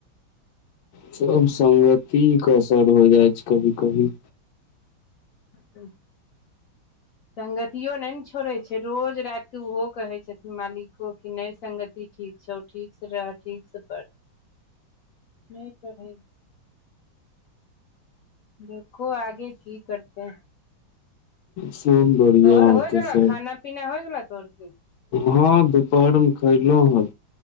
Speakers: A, on the left; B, on the left.
A: सब संगति के असर हो जाइ छै कभी- कभी।
B: ह संगतियो नै ने छोड़ै छै रोज राति के ओहो कहै छथिन मालिको की नै संगति ठीक छौ ठीक से रह ठीक से पढ़ नय पढ़य छै। देखू आगे की करतेै।
A: ह <inaudible> बढ़ियां
B: तोहर
A: अहाँके
B: होइ गेलौ
A: सब।
B: खाना पीना होइ गेलौ तोहर की
A: हँ दुपहर मे खयलौं हें।